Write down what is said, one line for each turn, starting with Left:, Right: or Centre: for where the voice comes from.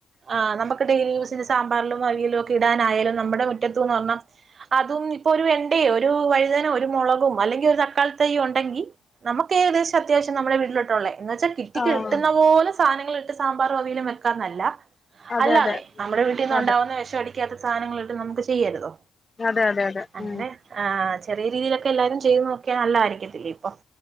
Right: ആ് നമുക്ക് ഡെയിലി യൂസിന്റെ സാമ്പാറിലും വലയിലും ഒക്കെ ഇടാനായാലും നമ്മുടെ മുറ്റത്ത്ന്ന് ഒരെണ്ണം അതും ഇപ്പൊ ഒരു വേണ്ടയോ ഒരു വഴുതനോ ഒരു മുളകും അല്ലെങ്കിൽ ഒരു തക്കാളിതയ്യും ഉണ്ടെങ്കിൽ നമുക്ക് ഏകദേശം അത്യാവശ്യം നമ്മുടെ വീട്ടിലോട്ടുള്ള എന്ന് വെച്ചൽ കിറ്റി
Left: ആഹ്
Right: കിട്ടുന്ന പോല സാധനങ്ങൾ സാമ്പാറും അവിയലും വെക്കാന്നല്ല
Left: അതെ
Right: അല്ലാതെ
Left: അതെ
Right: നമ്മുടെ വീട്ടിൽ നിന്നുണ്ടാവുന്ന
Left: അതെ
Right: വിശടി ക്കാത്ത സാധനങ്ങളായിട്ട നമക്ക് ചെയ്യരുതോ
Left: അതെ അതെ അതെ
Right: അങ്ങനെ
Left: ഉ
Right: ആ ചെറിയ രീതിയിലൊക്കെ എല്ലാരും ചെയ്തു നോക്കിയാ നല്ല ആയിരിക്കത്തില്ലേ ഇപ്പൊ